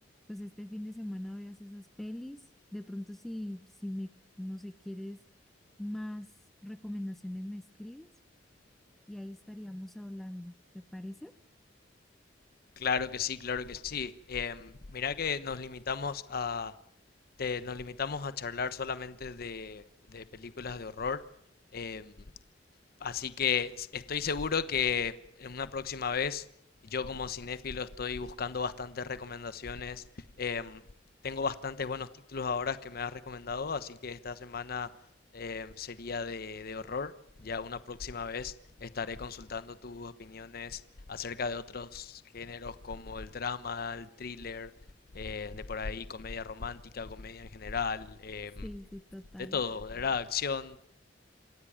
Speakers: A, in the centre; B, on the left (about 55°).
A: pues este fin de semana veas esas pelis. De pronto si, si me, no sé, quieres más recomendaciones, me escribes y ahí estaríamos hablando. ¿Te parece?
B: Claro que sí, claro que sí. Em, mira que nos limitamos a te- nos limitamos a charlar solamente de, de películas de horror. Em, Así que s- estoy seguro que en una próxima vez, yo como cinéfilo estoy buscando bastantes recomendaciones. em, tengo bastantes buenos títulos ahora que me has recomendado, así que esta semana em, sería de, de horror. Ya una próxima vez estaré consultando tus opiniones acerca de otros géneros como el drama, el thriller, eh, de por ahí comedia romántica, comedia en general, em,
A: Sí, sí, total.
B: de todo, de verdad, acción,